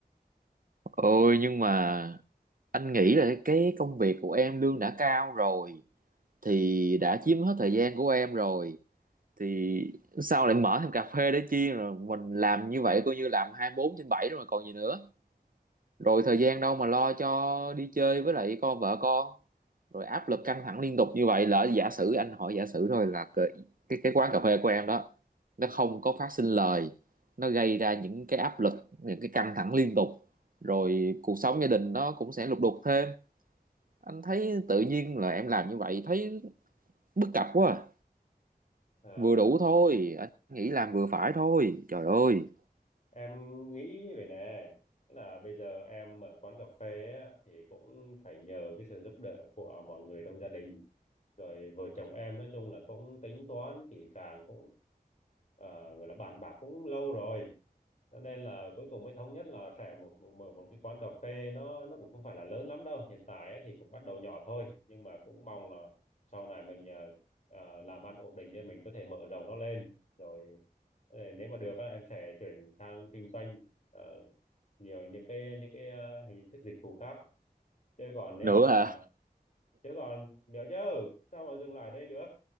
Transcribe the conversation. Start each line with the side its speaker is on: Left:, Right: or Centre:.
Right: ôi nhưng mà anh nghĩ là cái công việc của em lương đã cao rồi thì đã chiếm hết thời gian của em rồi thì sao lại mở thêm cà phê để chi rồi mình làm như vậy coi như làm 24 trên 7 rồi mà còn gì nữa. rồi
Left: Ừ.
Right: thời gian đâu mà lo cho đi chơi với lại con vợ con rồi áp lực căng thẳng liên tục như vậy lỡ giả sử anh hỏi giả sử thôi là cái cái, cái quán cà phê của em đó nó
Left: Ừ.
Right: không có phát sinh lời nó gây ra những cái áp lực những cái căng thẳng liên tục rồi cuộc sống gia đình nó cũng sẽ lục đục thêm anh thấy tự nhiên là em làm như vậy thấy bất cập quá à.
Left: Ờ,
Right: vừa đủ thôi anh nghĩ làm vừa phải thôi trời ơi
Left: em nghĩ về nè Tức là bây giờ em ở quán cà phê á, thì cũng phải nhờ cái sự giúp đỡ của mọi người trong gia đình rồi vợ chồng em nói chung là cũng tính toán kỹ càng cũng à, gọi là bàn bạc cũng lâu rồi cho nên là cuối cùng mới thống nhất là sẽ một một, một một cái quán cà phê nó nó cũng không phải là lớn lắm đâu hiện tại ấy thì cũng bắt đầu nhỏ thôi nhưng mà cũng mong là sau này mình à, à, làm ăn ổn định nên mình có thể mở rộng nó lên rồi ờ, nếu mà được á, em sẽ chuyển sang kinh doanh ờ, nhiều những cái những cái ờ, hình thức dịch vụ khác chứ còn nếu
Right: nữa
Left: mà
Right: hả
Left: chứ còn nữa chứ sao mà dừng lại đây được